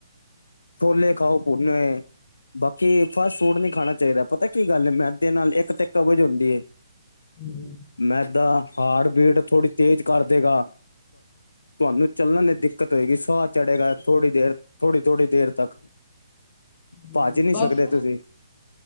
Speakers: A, on the left (about 80°); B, on the left (about 30°).
A: ਛੋਲੇ ਖਾਓ ਭੁੰਨੇ ਹੋਏ, ਬਾਕੀ ਫਾਸਟ ਫੂਡ ਨੀ ਖਾਣਾ ਚਾਹੀਦਾ ਪਤੈ ਇਹ ਗੱਲ ਮੈਦੇ ਨਾਲ ਇੱਕ ਤੇ ਕਬਜ ਹੁੰਦੀ ਏ।
B: <inaudible>
A: ਮੈਦਾ ਹਾਰਟ ਬੀਟ ਥੋੜ੍ਹੀ ਤੇਜ਼ ਕਰ ਦੇਗਾ ਤੁਵਾਨੂੰ ਚੱਲਣ ਲਈ ਦਿੱਕਤ ਹੋਏਗੀ, ਸਾਹ ਚੜ੍ਹੇਗਾ ਥੋੜ੍ਹੀ ਦੇਰ ਥੋੜ੍ਹੀ- ਥੋੜ੍ਹੀ ਦੇਰ ਤੱਕ।
B: <inaudible>
A: ਭੱਜ ਨਹੀਂ
B: ਬਸ
A: ਸਕਦੇ ਤੁਸੀਂ।